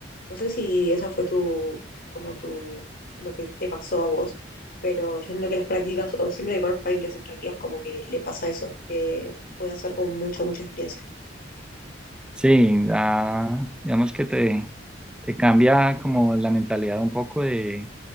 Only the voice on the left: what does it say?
No sé si esa fue tu, como tu, lo que te pasó a vos, pero yo siento que las prácticas, o siempre que conozco a alguien que hace prácticas, como que le pasa eso, que puede hacer como mucha, mucha experiencia.